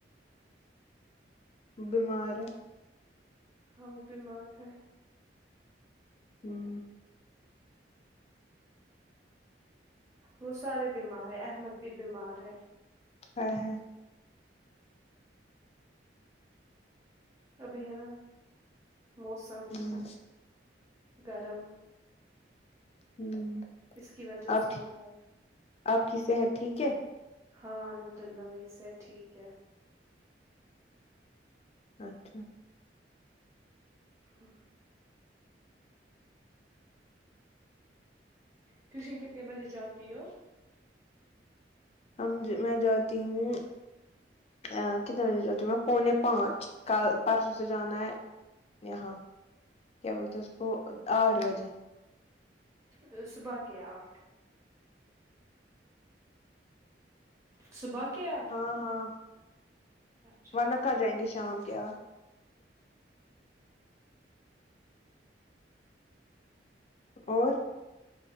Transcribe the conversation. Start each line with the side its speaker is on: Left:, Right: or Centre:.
Left: بیمار ہے
Right: ہم بیمار ہے
Left: ہوں
Right: وہ سارے بیمار ہے احمد بھی بیمار ہے
Left: اے ہاے
Right: ابھی ہے نہ موسم
Left: ہوں
Right: گرم
Left: ہوں
Right: اس کی وجہ
Left: آپ
Right: سے
Left: ٹھیک
Right: ہوتا ہے
Left: آپ کی صحت ٹھیک ہے
Right: ہاں الحمد اللہ میری صحت ٹھیک ہے
Left: اچھا
Right: ہوں ٹیوشن کتنے بجے جاتی ہو
Left: امم جی میں جاتی ہوں اں کتنے بجے جاتی ہوں میں پونے پانچ کل پرسوں سے جانا ہے یہاں کیا بولتے اس کو آٹھ بجے
Right: یہ صبح کے آٹھ صبح کے آٹھ
Left: ہاں ہاں
Right: اچھا
Left: ورنہ کہاں جائینگے شام کے آٹھ اور